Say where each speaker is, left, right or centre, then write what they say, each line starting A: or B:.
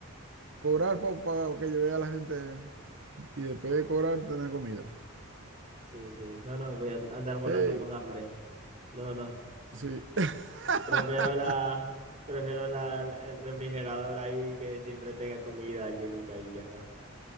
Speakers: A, on the right; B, on the right.
A: cobrar para que lleve a la gente y después de cobrar tener comida.
B: Sí, sí. No, no, voy a andar volando
A: ¡Ey!
B: con hambre. No, no.
A: Sí, <laughs>
B: Prefiero la, prefiero la, el refrigerador ahí que siempre tenga comida llenita y ya está.